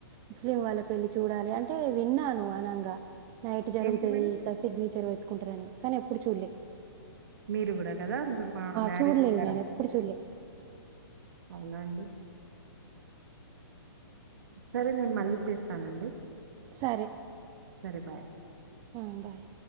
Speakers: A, on the right; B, on the right.
A: ముస్లిం వాళ్ళ పెళ్లి చూడాలి అంటే విన్నాను అనంగా. నైట్ జరుగుతది
B: ఏంటి మేడం?
A: ఇట్లా సిగ్నేచర్ పెట్. కుంటారని కానీ ఎప్పుడు చూల్లే.
B: మీరు గూడా గదా మా మ్యారేజ్ల
A: చూడలేదు నేను
B: రాలే
A: ఎప్పుడు చూడలే
B: అవునా అండి. సరే నేన్ మళ్ళీ చేస్తానండి.
A: సరే
B: సరే బాయ్.
A: ఆ బాయ్.